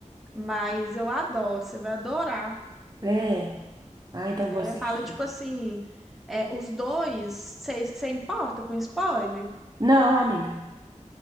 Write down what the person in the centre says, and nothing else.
Mas eu adoro, você vai adorar.
É,
fala tipo assim, é, os dois, você importa com spoiler?